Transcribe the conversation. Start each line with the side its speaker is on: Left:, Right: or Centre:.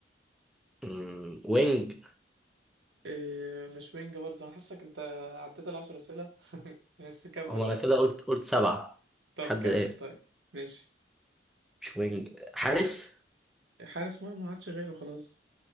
Centre: مم، وينج
Right: إيه مش وينج برضه انا حاسك انت عديت العشر اسئله <laughs> بس كمل
Centre: هو انا
Right: ماشي
Centre: كده قلت قلت سبعة
Right: طب
Centre: لحد
Right: كمل
Centre: الآن
Right: طيب ماشي
Centre: مش وينج حارس
Right: حارس مرمى ما عادش غيره خلاص